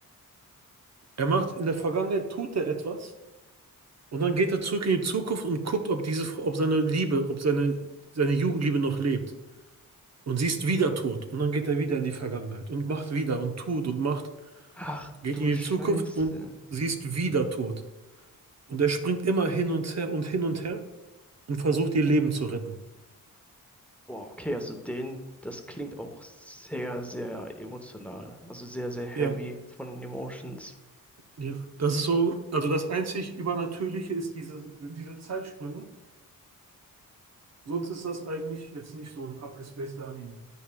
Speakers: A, on the right; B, in the centre.
A: Er macht in der Vergangenheit, tut er etwas und dann geht er zurück in die Zukunft und guckt, ob diese, Frau- ob seine Liebe, ob seine, seine Jugendliebe noch lebt. Und sie ist wieder tot. Und dann geht er wieder in die Vergangenheit und macht wieder und tut und macht,
B: Ach
A: geht
B: du
A: in die
B: Scheiße.
A: Zukunft und sie ist wieder tot. Und er springt immer hin und her und hin und her und versucht, ihr Leben zu retten.
B: Boah, okay, also den, das klingt auch sehr, sehr emotional. Also sehr, sehr heavy
A: Ja,
B: von den Emotions.
A: ja. Das ist so, also das einzig Übernatürliche ist diese, sind diese Zeitsprünge. Sonst ist das eigentlich jetzt nicht so ein abgespaceder Anime.